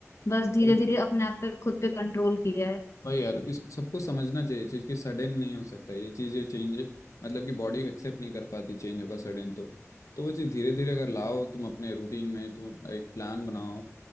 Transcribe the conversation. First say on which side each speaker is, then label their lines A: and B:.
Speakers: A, on the left; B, on the left.
A: बस धीरे
B: हाँ,
A: धीरे अपने आप पे खुद पे कंट्रोल किया है
B: वही यार इस सबको समझना चाहिए चीज कि सडन नहीं हो सकता ये चीज ये चेंज मतलब कि बॉडी एक्सेप्ट नहीं कर पाती चेंज होगा सडन तो तो वो चीज धीरे धीरे अगर लाओ तुम अपने रूटीन में तुम एक प्लान बनाओ